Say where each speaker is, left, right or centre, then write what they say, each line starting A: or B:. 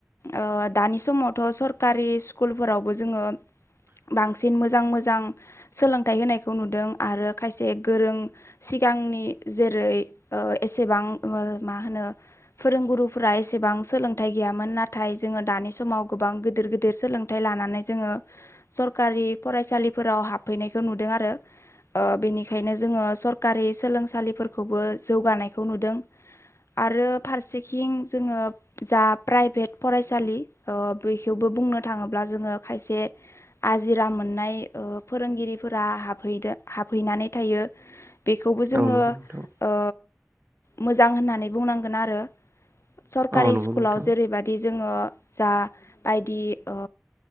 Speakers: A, on the left; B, on the right.
A: ओ दानि समावथ' सरकारि स्कुलफोरावबो जोङो बांसिन मोजां मोजां सोलोंथाइ होनायखौ नुदों आरो खायसे गोरों सिगांनि जेरै ओ एसेबां मा होनो फोरोंगुरुफोरा एसेबां सोलोंथाइ गैयामोन नाथाय जोङो दानि समाव गोबां गिदिर गिदिर सोलों थाइ लानानै जोङो सरखारि फरायसालिफोराव हाबफैनायखौ नुदों आरो ओ बेनिखायनो जोङो सरकारि सोलोंसालिफोरखौबो जौगानायखौ नुदों आरो फारसेखिं जोंओ जा प्राइभेट फरायसालि ओ बेखौबो बुंनो थाङोब्ला जोङो खायसे आजिरा मोननाय ओ फोरोंगिरिफोरा हाफैदा हाबहैनानै थायो बेखौबो जोङो
B: औ नंगौ नोंथां
A: ओ मोजां होननानै बुंनांगोन आरो सरकारि
B: औ नंगौ
A: स्कुलाव
B: नोंथां
A: जेरैबायदि बादि जोङो जा बायदि ओ